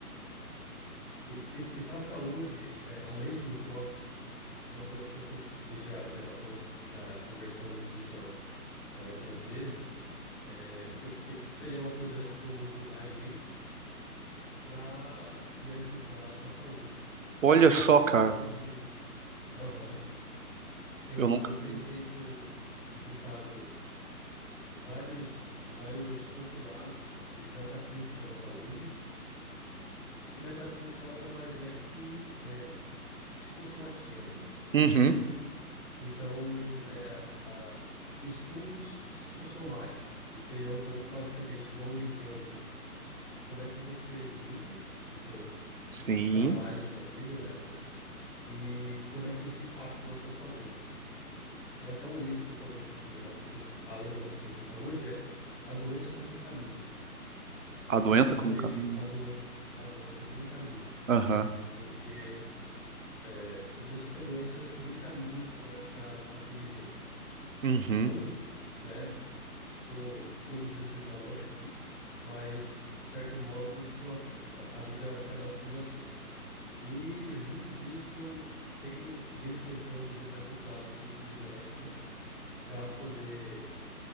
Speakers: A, in the centre; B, on the right.
A: E, e, e para a saúde, é, além de nutrópico, uma coisa que eu sempre, que a gente já, já batemos, já conversamos disso é, outras vezes, é, que, que, que seria uma coisa que eu uso agentes para me ajudar na saúde.
B: Olha
A: E não
B: só,
A: só na
B: cara,
A: saúde, aham, eu,
B: eu nunca
A: eu tenho
B: fiz
A: feito,
B: isso.
A: juntado vários, vários compilados de metafísica da saúde, que metafísica nada mais é que é, psicossomatia, né?
B: Uhum.
A: Então, é, a- estudos psicossomáticos. Isso aí, então, basicamente, eles vão ligando como é que você vive os seus, os
B: Sim,
A: seus trabalhos da vida, né? E como é que isso impacta na sua saúde. Tem até um livro que eu poderia te recomendar, que você, além do Metafísica da Saúde, é A Doença como um Caminho.
B: a
A: Porque
B: doença
A: é justamente
B: como caminho.
A: a, doen a doença como um caminho.
B: Aham.
A: Porque é, se você fica doente, você vai seguir um caminho para ficar daquele jeito.
B: Uhum.
A: Não, né? Estou excluindo o juízo de valor aqui, mas, de certo modo, por ac- a vida acaba sendo assim. E, junto disso, eu tenho, venho tentando juntar compilados de epigenética para poder